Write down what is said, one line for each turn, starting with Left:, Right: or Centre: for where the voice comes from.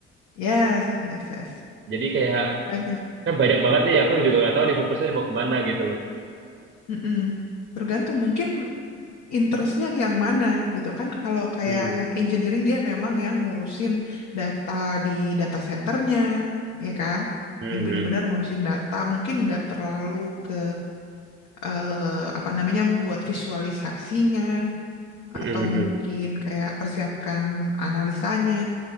Left: Yes, yes, yes.
Right: Jadi kayak
Left: Banyak.
Right: kan banyak banget nih. Aku juga nggak tahu nih fokusnya mau kemana gitu loh.
Left: Mm-mm. Tergantung mungkin interestnya yang mana gitu kan kalau kayak
Right: Hmm,
Left: yang engineering dia memang yang ngurusin data di data centernya ya kan
Right: hmm,
Left: yang benar-benar ngurusin data mungkin nggak terlalu ke eh, apa namanya buat visualisasinya
Right: hmm,
Left: atau
Right: hmm,
Left: mungkin
Right: hmm.
Left: kayak persiapkan analisanya